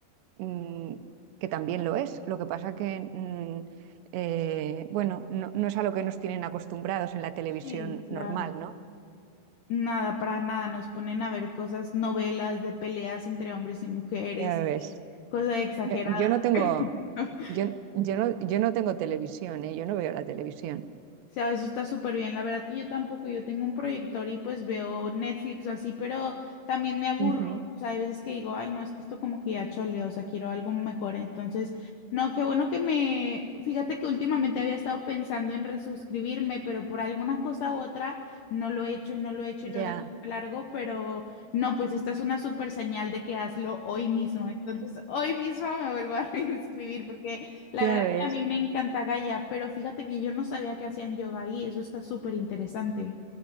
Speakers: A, on the right; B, on the left.
A: mm, que también lo es. Lo que pasa que, mm, eh, bueno, no, no es a lo que nos tienen acostumbrados en la televisión
B: sí, claro.
A: normal, ¿no?
B: Nada, para nada. Nos ponen a ver cosas, novelas de peleas entre hombres y mujeres,
A: Ya ves.
B: cosas exageradas.
A: Yo, yo no tengo,
B: <laughs>
A: Yo, yo no, yo no tengo televisión, ¿eh? Yo no veo la televisión.
B: O sea, eso está súper bien. La verdad que yo tampoco, yo tengo un proyector y pues veo Netflix o así, pero también me aburro.
A: Ujú,
B: O sea, hay veces que digo, ay, no, es que esto como que ya chole, o sea, quiero algo mejor. Entonces, no, qué bueno que me... Fíjate que últimamente había estado pensando en resuscribirme, pero por alguna cosa u otra no lo he hecho y no lo he hecho y lo
A: Ya,
B: he dejado largo, pero no, pues esta es una súper señal de que hazlo hoy mismo. Entonces, hoy mismo me vuelvo a <laughs> reinscribir porque... La
A: ya
B: verdad
A: ves.
B: que a mí me encanta Gaia, pero fíjate que yo no sabía que hacían yoga ahí, eso está súper interesante.